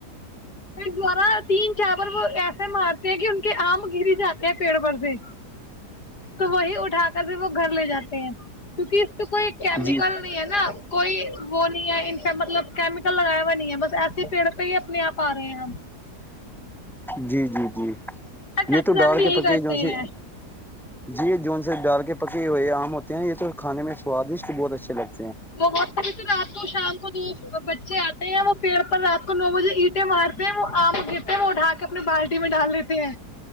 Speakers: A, on the left; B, in the centre.
A: دوارا تین چار بار وہ ایسے مارتے ہیں کہ ان کے آم گری جاتے ہیں پیڑ پر سے تو وہی اٹھا کر بھی وہ گھر لے جاتے ہیں کیونکہ تو کوئی کیمیکل
B: جی
A: نہیں ہے نا کوئی وہ نہیں ہے ان سے مطلب کیمیکل لگائے ہوئے بس ایسے پیڑ پہ ہی اپنے آپ آ رہے ہیں
B: جی جی جی
A: چاچو
B: یہ تو
A: جان
B: ڈال
A: بھی
B: کے
A: یہی
B: پکے
A: کرتے
B: ج سے
A: ہیں
B: جی یہ جون سے ڈال کے پکے ہوئے آم ہوتے ہیں یہ تو کھانے میں سوادشٹ بہت اچھے لگتے ہیں
A: وہ وقت بھی تو رات تو شام دو بچے آتے ہیں وہ پیڑ پر رات کو نو بجے اینٹیں مارتے ہیں وہ آم دیتے ہیں وہ اٹھا کے اپنی بالٹی میں ڈال دیتے ہیں